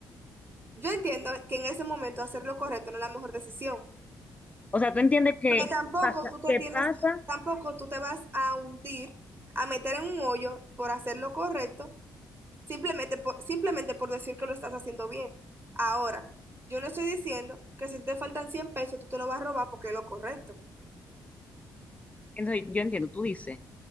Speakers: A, on the right (about 30°); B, on the left (about 15°).
A: yo entiendo que en ese momento hacer lo correcto no es la mejor decisión.
B: o sea, tú entiendes que
A: Porque tampoco
B: pasa,
A: tú te
B: que
A: tienes,
B: pasa
A: tampoco tú te vas a hundir, a meter en un hoyo por hacer lo correcto Simplemente por, simplemente por decir que lo estás haciendo bien. Ahora, yo no estoy diciendo que si te faltan 100 pesos, tú te lo vas a robar porque es lo correcto.
B: Entonces, yo entiendo, tú dices